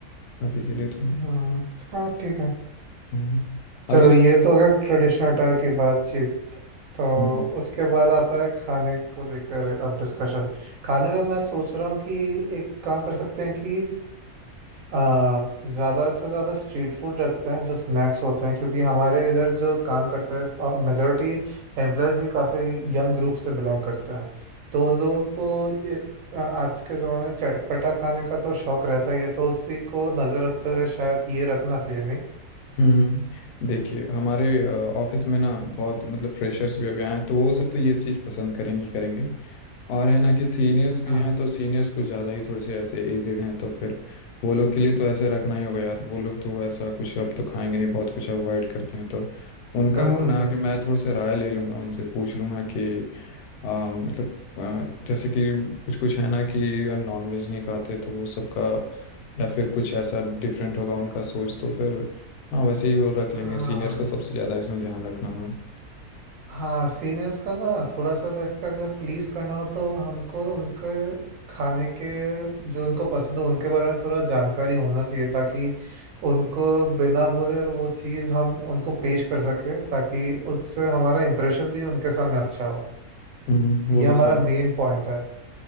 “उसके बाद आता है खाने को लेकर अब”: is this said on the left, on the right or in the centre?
Right